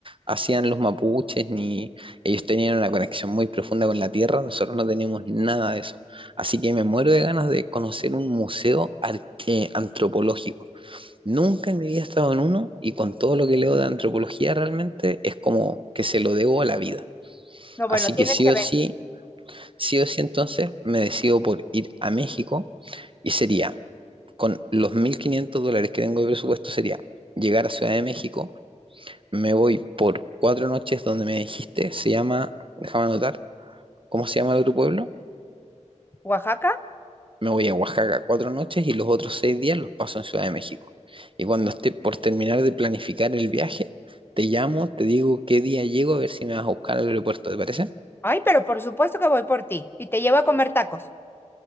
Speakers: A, on the right; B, on the left.
A: hacían los mapuches, ni ellos tenían una conexión muy profunda con la tierra, nosotros no teníamos nada de eso. Así que me muero de ganas de conocer un museo ar- eh, antropológico Nunca en mi vida he estado en uno y con todo lo que leo de antropología realmente es como que se lo debo a la vida.
B: no, bueno,
A: Así
B: tienes
A: que sí
B: que
A: o
B: venir.
A: sí, sí o sí entonces me decido por ir a México y sería, con los 1.500 dólares que tengo de presupuesto, sería llegar a Ciudad de México, me voy por cuatro noches donde me dijiste, se llama, déjame anotar, ¿cómo se llama el otro pueblo?
B: ¿Oaxaca?
A: me voy a Oaxaca cuatro noches y los otros seis días los paso en Ciudad de México. Y cuando esté por terminar de planificar el viaje, te llamo, te digo qué día llego, a ver si me vas a buscar al aeropuerto, ¿te parece?
B: Ay, pero por supuesto que voy por ti y te llevo a comer tacos.